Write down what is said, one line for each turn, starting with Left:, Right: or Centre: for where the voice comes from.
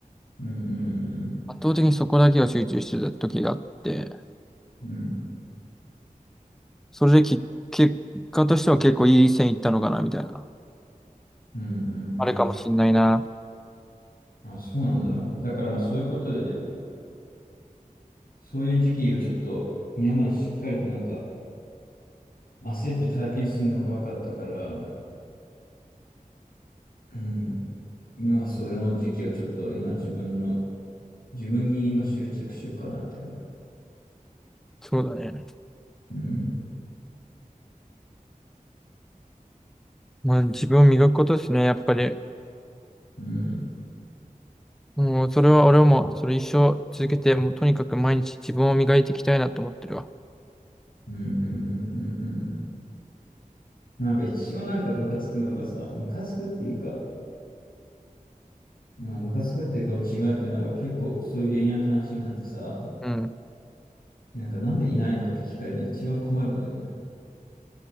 Left: うん、うん、
Centre: 圧倒的にそこだけが集中してた時があって、
Left: うん、うん、
Centre: それでき、結果としては結構いい線いったのかな、みたいな。
Left: うん、うんうん
Centre: あれかもしんないな。
Left: あ、そうなんだ。だからまあそういうことだよね。そういう時期をちょっと、今までしっかりとなんか、焦って体験するの怖かったから、うん。今はその時期をちょっと今自分の、自分に今執着しようかなみたいな。
Centre: そうだね。
Left: うん。
Centre: まあ自分を磨くことですね、やっぱり。
Left: うん。
Centre: もうそれは俺はもうそれ一生続けて、もうとにかく毎日自分を磨いていきたいなと思ってるわ。
Left: うんうんうんうんうん。なんか一番なんかムカつくのがさ、ムカつくっていうか、まあムカつくっていうかも違うけど、なんか結構そういう恋愛の話になってさ、
Centre: うん。
Left: なんかなんでいないのって聞かれるの一番困るんだよね。